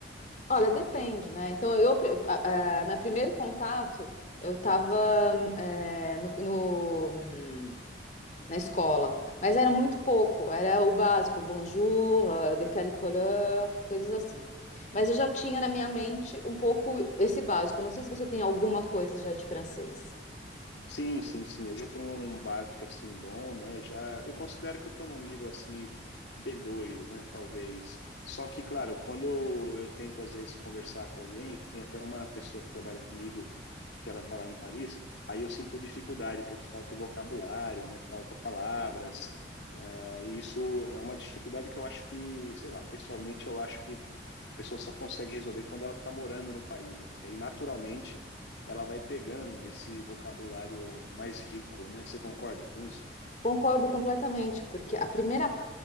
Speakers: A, on the left; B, on the left.
A: Olha, depende, né? Então, eu, pre- a, a- meu primeiro contato, eu estava no, no- hum, na escola, mas era muito pouco, era o básico, bonjour, eh, de quelle couleur, coisas assim. Mas eu já tinha na minha mente um pouco esse básico. Eu Não sei se você tem alguma coisa já de francês.
B: Sim, sim, sim. Eu já tenho um básico assim bom, né? Já eu considero que eu estou num nível assim b dois né? Talvez. Só que, claro, quando eu tento às vezes conversar com alguém, tem até uma pessoa que trabalha comigo que ela está lá em Paris, aí eu sinto dificuldade porque falta o vocabulário, né? Falta palavras. Eh, E isso é uma dificuldade que eu acho que, sei lá, pessoalmente eu acho que a pessoa só consegue resolver quando ela está morando no país, né? Porque aí, naturalmente, ela vai pegando esse vocabulário mais rico, né? Você concorda com isso?
A: Concordo completamente, porque a primeira